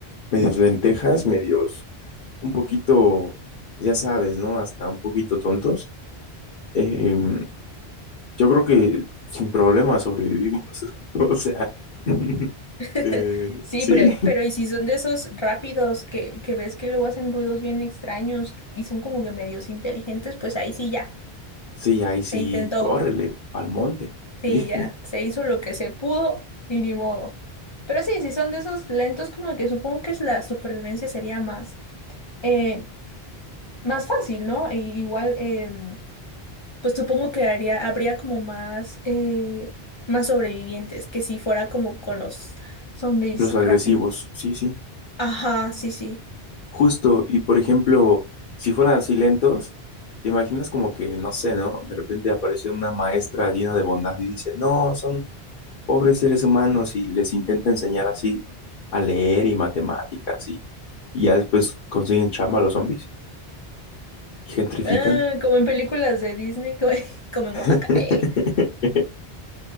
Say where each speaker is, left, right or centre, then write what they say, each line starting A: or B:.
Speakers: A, on the left; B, on the left.
A: medios lentejas, medios un poquito, ya sabes, ¿no? Hasta un poquito tontos. em, yo creo que sin problema sobrevivimos. <laughs> O sea, <laughs>
B: <laughs>
A: eh,
B: Sí,
A: sí.
B: pero, pero y si son de esos rápidos que, que ves que luego hacen ruidos bien extraños y son como que medios inteligentes, pues ahí sí ya,
A: Sí, ahí sí,
B: se intentó.
A: córrele, al monte.
B: Sí,
A: Sí, <laughs>
B: ya, se hizo lo que se pudo y ni modo. Pero sí, si son de esos lentos, como que supongo que es la supervivencia sería más, eh, más fácil, ¿no? Y igual, em, pues supongo que haría, habría como más, eh, más sobrevivientes que si fuera como con los zombies
A: los agresivos,
B: rápidos.
A: sí, sí.
B: Ajá, sí, sí.
A: Justo, y por ejemplo, si fueran así lentos, te imaginas como que, no sé, ¿no? De repente aparece una maestra llena de bondad y dice, no, son pobres seres humanos y les intenta enseñar así a leer y matemáticas y, y ya después consiguen chamba los zombies y gentrifican.
B: Ah, como en películas de Disney, como, <laughs> como en
A: <laughs>
B: Oaxaca. eh.